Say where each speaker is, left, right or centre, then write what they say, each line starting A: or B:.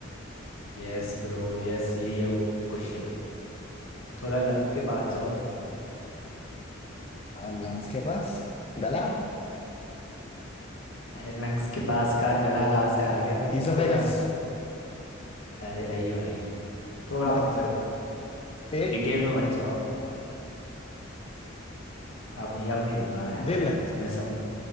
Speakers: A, on the left; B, on the left.
A: यस ब्रो यस यही है वो क्वेश्चन थोड़ा लंग्स के पास जाओ
B: हाँ लंग्स के पास गला
A: अरे लंग्स के पास का गला कहाँ से आ गया लंग्स
B: इसोफेगस
A: के पास अरे नहीं भाई थोड़ा
B: मतलब
A: मतलब
B: पेट
A: डिटेल में मत जाओ अब नहीं अब नहीं दूंगा मैं
B: दिल अरे
A: तुम्हें समझ